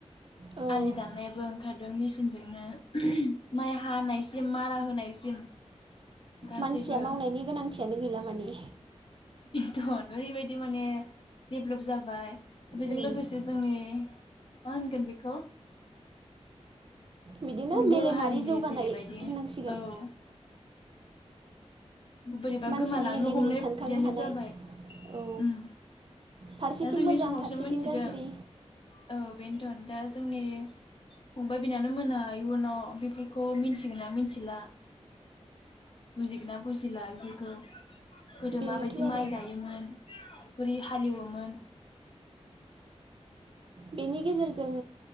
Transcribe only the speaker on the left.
आलि दाननायाबो ओंखारदों मिस मेसिनजोंनो माइ हानायसिम मारा होनायसिम गासैबो
थन ओरैबायदि माने डेभलप जाबाय बेजों
लोगोसे जोंनि मा होनगोन बेखौ
जों
बर' हारिनि
जेरैबायदि
औ <unintelligible> बोरैबा
गोमालांनो
हमनाय
बिदियानो
जाबाय
उम
दा जोंनि
समावसो
मोनथिदों
औ बेन्थ'न दा जोंनि फंबाय बिनानाव मोना इयुनाव बेफोरखौ मिन्थिगोन ना मिथिला बुजिगोन ना बुजिला बेफोरखौ गोदो
माबायदि
माइ गायोमोन बोरै हालेवोमोन